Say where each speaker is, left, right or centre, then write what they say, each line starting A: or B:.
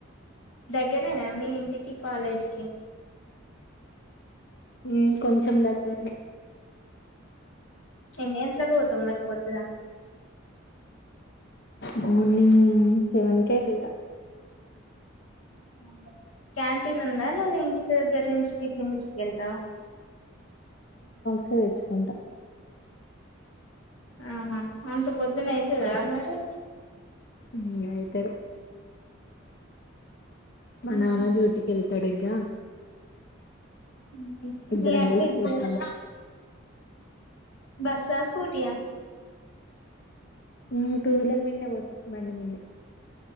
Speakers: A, on the left; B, on the left.
A: దగ్గరేనా మీ ఇంటికి కాలేజ్కి
B: మ్మ్ కొంచం దగ్గర్నె
A: ఎన్ని గంటలక్ పోతావు మరి పొద్దున
B: మార్నింగ్ సెవెన్కే ఎల్త
A: అ క్యాంటీన్ ఉందా లేదా ఇంటి దగ్గర నుంచి టిఫిన్ తీసుకెళ్తావా
B: ఫేచ్కుంట
A: ఆహా అంత పొద్దున అయితదా మరి
B: మ్మ్గ్ అయితది మా
A: ఉహు
B: నాన డ్యూటీ కెల్తడ్ ఇగ
A: ఇగ
B: ఇద్దరం
A: అట్లా
B: కలిసి
A: ఇద్ద
B: పోతుము
A: బస్సా స్కూటీయా
B: మ్మ్ టూ వీలర్ మీన్నే పోతాం బండి మీన్నే